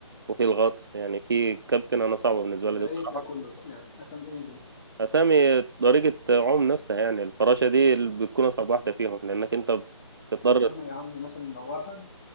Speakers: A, on the right; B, on the left.
A: وفي الغطس يعني في كابتن أنا صعبة بالنسبة لي
B: ده
A: دي بصراحة
B: ايه ده كله يعني اسم ايه ده
A: أسامي طريقة عوم نفسها يعني الفراشة دي اللي بتكون أصعب واحدة فيهم لأنك أنت بتضطر
B: طب انا يا عم مثلا لو واحد